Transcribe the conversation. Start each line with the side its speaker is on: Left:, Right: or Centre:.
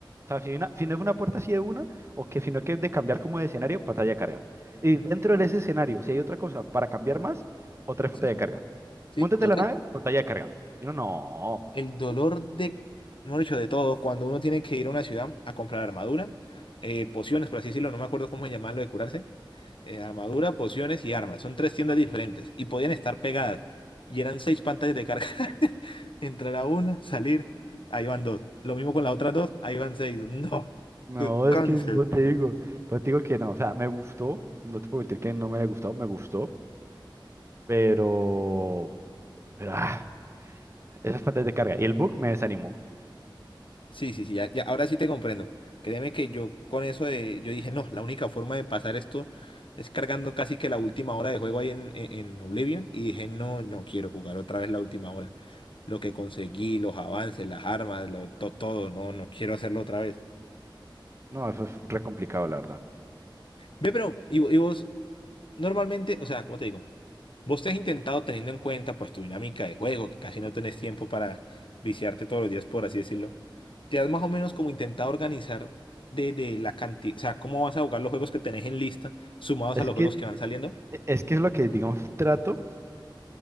Right: O sea, si, una- si no es una puerta así de una, o que si no que es de cambiar como de escenario, pantalla de carga. Y dentro de ese escenario, si hay otra cosa para cambiar más, otra es
Left: Sí,
Right: pantalla
Left: sí.
Right: de carga.
Left: Sí,
Right: Móntate
Left: total.
Right: en la nave, pantalla de carga. Y uno, no.
Left: El dolor de, no dicho, de todo, cuando uno tiene que ir a una ciudad a comprar armadura, eh, pociones, por así decirlo, no me acuerdo cómo llamarlo de curarse, eh, armadura, pociones y armas. Son tres tiendas diferentes y podían estar pegadas y eran seis pantallas de carga. <laughs> Entrar a una, salir, ahí van dos. Lo mismo con las
Right: Ujú.
Left: otras dos, ahí van seis. No,
Right: No,
Left: qué cáncer.
Right: es que es- yo te digo, yo te digo que no, o sea, me gustó, no te puedo mentir que no me haya gustado, me gustó, Pero, pero ah, esas fuentes de carga. Y el bug me desanimó.
Left: Sí, sí, sí, ya, ya, ahora sí te comprendo. Créeme que yo con eso de, yo dije, no, la única forma de pasar esto es cargando casi que la última hora de juego ahí en, en, en Oblivion. Y dije, no, no quiero jugar otra vez la última hora. Lo que conseguí, los avances, las armas, lo- to- todo, no, no quiero hacerlo otra vez.
Right: No, eso es re complicado, la verdad.
Left: Ve, pero, y, vo- y vos, normalmente, o sea, ¿cómo te digo? ¿Vos te has intentado teniendo en cuenta pues tu dinámica de juego, que casi no tenés tiempo para viciarte todos los días, por así decirlo? ¿Te has más o menos como intentado organizar de, de la cantidad, o sea, cómo vas a jugar los juegos que tenés en lista, sumados
Right: Es
Left: a los
Right: que,
Left: juegos que van saliendo?
Right: es que es lo que, digamos, trato,